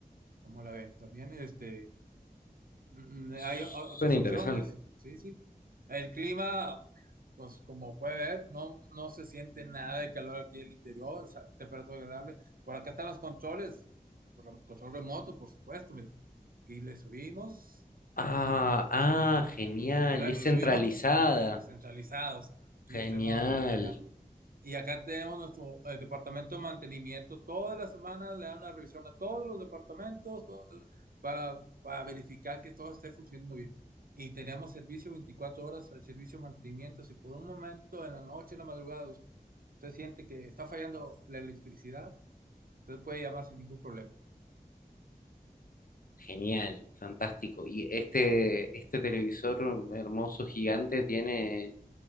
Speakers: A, on the right; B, on the left.
A: Como la ve, también este. Mm,
B: Suena
A: Hay o- otras
B: interesante.
A: opciones, sí, sí. El clima, pues como puede ver, no, no se siente nada de calor aquí en el interior, o sea, temperatura agradable. Por acá están los controles, por rem- control remoto, por supuesto, mire. Aquí le subimos,
B: Ah, ah, genial.
A: ajá, bueno,
B: Y es
A: le
B: centralizada.
A: subimos centralizados aquí
B: Genial,
A: usted no va a batallar y acá tenemos nuestro eh, departamento de mantenimiento. Todas las semanas le dan una revisión a todos los departamentos todo- para, para verificar que todo esté funcionando bien. Y teníamos servicio 24 horas, el servicio de mantenimiento. Si por un momento en la noche, en la madrugada, usted siente que está fallando la electricidad, usted puede llamar sin ningún problema.
B: genial, fantástico. Y este, este televisor hermoso, gigante, tiene...